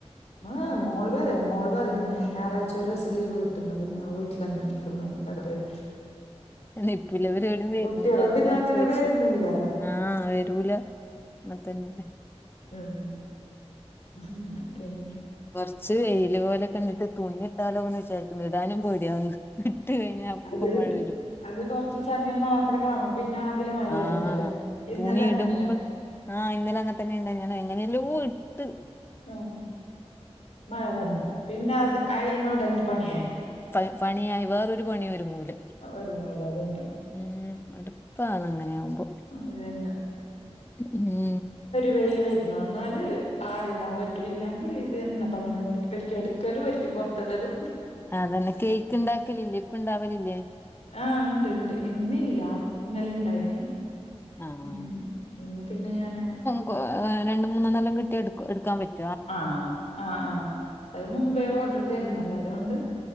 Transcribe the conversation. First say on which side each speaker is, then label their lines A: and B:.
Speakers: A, on the left; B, on the left.
A: ആഹ് മോൾ വെര്ല. മോള് പറയുന്നേ ഞാറാഴ്ച ഒരു ദിവ്സം ലീവ് കിട്ടുന്നത് ഞാൻ വീട്ടില് നിന്നോളു. ക്ക് ന്ന് ആൻഡ് വെർണില്ല.
B: എന്ന ഇപ്പുള്ളവരെഴും വെരുന്നില്ല.
A: കുട്ടികള്
B: അല്ലാ
A: പിന്നെ
B: ഞാൻ
A: അങ്ങനെ
B: ചോയ്ച്ചേ.
A: വരുന്നില്ലാലോ
B: ആഹ് വെരൂല. ന്നതന്നെ
A: ഉം അങ്ങനെ പിന്നെ
B: ഉം. കൊറെച്ച് വെയിയില് പോലെ കണ്ടിട്ട് തുണിയിട്ടാലോന്ന് വിചാരിക്കുന്നു. ഇടാനും പേടിയാവുന്നു. ഇട്ടു കഴിഞ്ഞാ അപ്പം
A: അത്
B: മഴ വെരും.
A: അത് കൊറച്ച് സമയം മാത്രേ കാണൂ. പിന്നെ അതില മഴ
B: ആഹ്
A: വെരുന്നല്ലോ. ഇന്നലെ
B: തുണി
A: അങ്ങനെ.
B: ഇടുമ്പോ ആഹ് ഇന്നലെയങ്ങ തന്നെ ഉണ്ടായ്. ഞാൻ എങ്ങനെല്ലോട്ട്.
A: ആഹ് മഴ വന്നു. പിന്നെ അത് അയിനോടൊന്ന് പണിയായി.
B: പയ് പണിയായി. വേറൊരു പണിയു ഒരുങ്ങൂല.
A: ഒരുങ്ങൂല അതന്നെ
B: ഉം അടുപ്പാന്നങ്ങനെ ആമ്പോ.
A: അതന്നെ
B: മ്മ്
A: വൈൽ വരണം എന്നാല് ആറിടാൻ പറ്റല്ലങ്കിൽ ഇതെന്നെ പണി വരിണ്ട് ഒരിക്കെ ഇടുക്കലും ഒരിക്ക് പുറത്തിടലും
B: ആഹ് അതന്നെ കേക്ക് ഇണ്ടാക്കലില്ലേ ഇപ്പ ഇണ്ടാവലില്ലേ?
A: ആഹ് ഇണ്ട് ഇണ്ട് ഇന്നില്ല ഇന്നലെ ഇണ്ടായിന്
B: ആഹ്
A: ഉം ഇന്ന് പിന്നെ ഞാന്
B: രണ്ടണ്ട് മൂന്നണ്ണ എല്ലാം കിട്ടിയത് എ എടുക്കാൻ പറ്റും
A: ആഹ്ആഹ് ആഹ്അത് മുമ്പേ ഓർഡർ തരുന്നല്ലേ അതുകൊണ്ട്